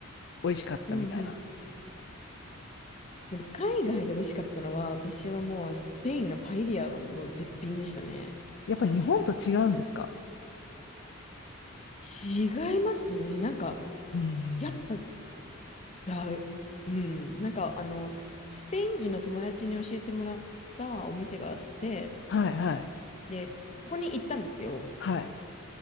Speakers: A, on the left; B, on the left.
A: 美味しかったみたいな。
B: うんうん。でも海外で美味しかったのは、私はもうあのスペインのパエリアはもう絶品でしたね。
A: やっぱ日本と違うんですか
B: 違いますね。なんか、
A: うん。
B: やっぱ違う。うん。なんか、あの、スペイン人の友達に教えてもらったお店があって、
A: はい、はい、
B: で、ここに行ったんですよ。
A: はい、